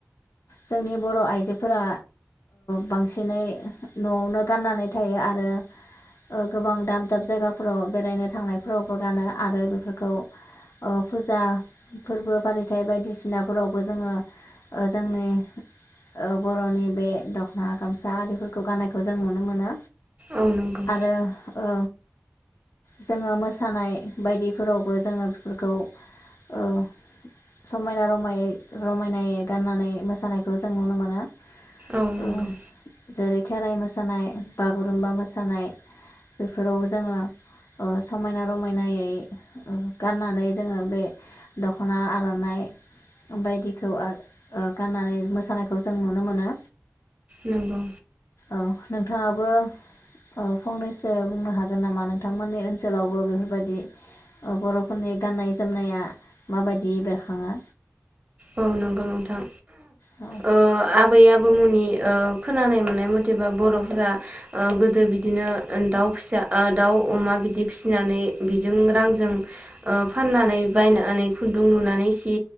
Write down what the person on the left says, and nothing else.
जोंनि बर आइजोफोरा बांसिनै ओ नआवनो गाननानै थायो आरो गोबां दाब दाब जायगाफोराव बेरायनो थांनायफोरावबो गानो आरो बेफोरखौ ओ फुजा फोरबो फालिथायाइ बायदिसिनाफोरावबो जोङो ओ जोंनि ओ बरनि बे दखना गामसा आरिफोरखौ गाननायखौ जों नुनो मोनो
आरो ओ जोङो मोसानाय बायदिफोरावबो जोङो बेफोरखौ ओ समायना रमायै रमायनायै गाननानै मोसा नायखौ जों नुनो मोनो
ओ जेरै खेराइ मोसानाय बागुरुमबा मोसानाय बेफोराव जोङो ओ समायना रमायनायै ओ गाननानै जोङो बे दखना आरनाइ बायदिखौ आर ओ गाननानै मोसानायखौ जों नुनो मोनो
औ नोंथाङाबो ओ फंनैसो बुंनो हागोन नामा नोंथांमोननि ओनसोलावबो बेफोरबायादि ओ बरफोरनि गान्नाय जोमनाया माबायदि बेरखाङो
औ